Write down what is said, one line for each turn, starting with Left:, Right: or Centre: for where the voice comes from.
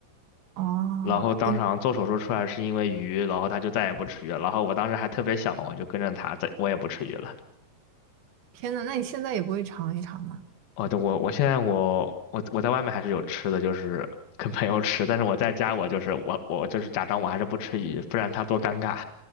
Right: 哦。
Left: 然后当时好像做手术出来是因为鱼，
Right: 因为
Left: 然后他就再也不吃鱼了，然后我当时还特别小嘛，我就跟着他，在我也不吃鱼了。
Right: 天呐，那你现在也不会尝一尝吗？
Left: 哦，对，我我现在我我我在外面还是有吃的，就是跟朋友吃，但是我在家我就是我我就是假装我还是不吃鱼，不然他多尴尬。